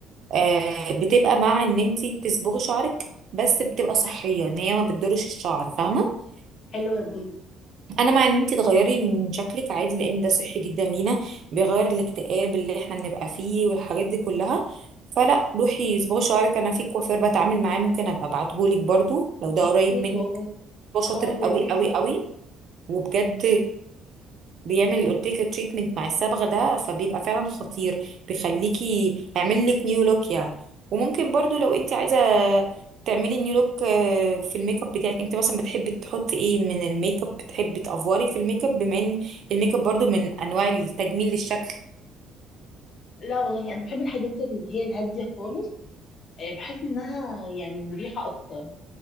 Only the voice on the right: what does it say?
آه، بتبقى مع ان انت تصبغي شعرك بس بتبقى صحيه ان هي ما بتضرش الشعر فاهمه
انا مع ان انت تغيري من شكلك عادي لان ده صحي جدا لينا بيغير الاكتئاب اللي احنا بنبقى فيه والحاجات دي كلها فلا روحي صباغي شعرك انا في كوافير بتعامل معاه ممكن ابقى ابعتهولك برضو لو ده
قريب
منك
هو شاطر
قوي
قوي قوي وبجد بيعمل اللي قلت لك التريتمنت مع الصبغه ده فبيبقى فعلا خطير بيخليكي هيعمل لك نيو لوك يعني وممكن برضو لو انت عايزه تعملي نيو لوك آه، في الميك اب بتاعك انت مثلا بتحبي تحطي ايه من الميك اب بتحبي تافوري في الميك اب بما ان الميك اب برضو من انواع التجميل للشكل